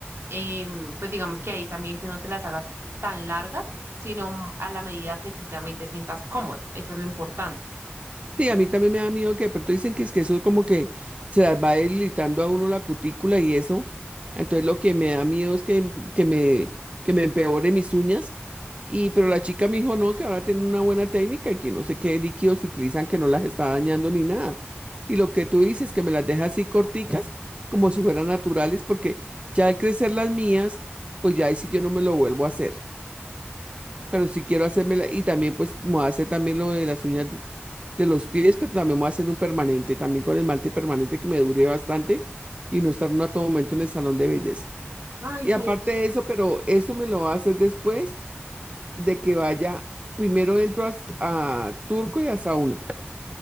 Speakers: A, on the right; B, on the right.
A: eh, pues digamos que ahí también que no te las hagas tan largas, sino a la medida que tú también te sientas cómoda, eso es lo importante.
B: Sí, a mí también me da miedo que de pronto dicen que es que eso como que se las va debilitando a uno la cutícula y eso. Entonces lo que me da miedo es que, que me, que me empeore mis uñas. Y, pero la chica me dijo no, que ahora tienen una buena técnica y que no sé qué líquidos utilizan que no las está dañando ni nada. Y lo que tú dices, que me las deja así corticas, como si fueran naturales, porque ya al crecer las mías, pues ya ahí sí yo no me lo vuelvo a hacer pero si quiero hacerme la- y también pues me voy a hacer también lo de las uñas de, de los pies, pero también me voy a hacer un permanente, también con esmalte permanente que me dure bastante y no estar uno a todo momento en el salón de belleza.
A: Ay,
B: Y
A: sí,
B: aparte
A: es que-
B: de eso, pero eso me lo va a hacer después de que vaya, primero entro a, s- a Turco y a Sauna.